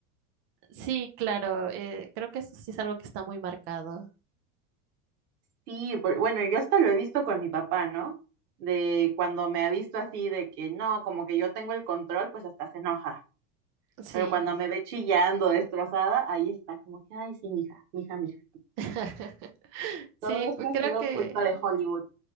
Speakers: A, on the right; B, on the right.
A: Sí, claro, eh, creo que eso sí es algo que está muy marcado.
B: Sí, por- bueno, yo hasta lo he visto con mi papá, ¿no? De cuando me ha visto así, de que no, como que yo tengo el control, pues hasta se enoja.
A: Sí.
B: Pero cuando me ve chillando, destrozada, ahí está, como que, ay, sí, mija, mija, mija.
A: <laughs>
B: Todo
A: Sí,
B: esto
A: pues
B: ha
A: creo
B: sido
A: que
B: culpa de Hollywood